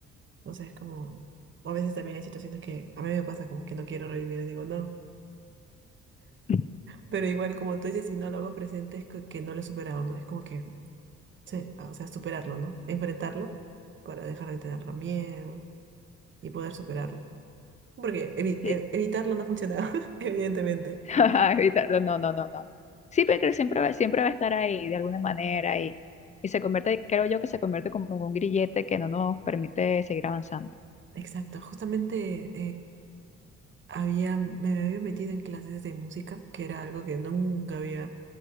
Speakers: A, on the right; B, on the left.
A: O sea, es como, o a veces también hay situaciones que a mí me pasa como que no quiero revivir y digo no,
B: <laughs>
A: pero igual como tú dices, si no lo hago presente es que, que no lo he superado, ¿no? Es como que, se- o sea, superarlo, ¿no? Enfrentarlo para dejar de tener miedo y poder superarlo. Porque evi-
B: Sí.
A: e- evitarlo no ha funcionado, <laughs> evidentemente.
B: <laughs> Evitarlo, no, no, no, no. Sí, pero creo que siempre va, siempre va a estar ahí de alguna manera y, y se convierte, creo yo que se convierte como en un grillete que no nos permite seguir avanzando.
A: Exacto, justamente había, me había metido en clases de música, que era algo que nunca había,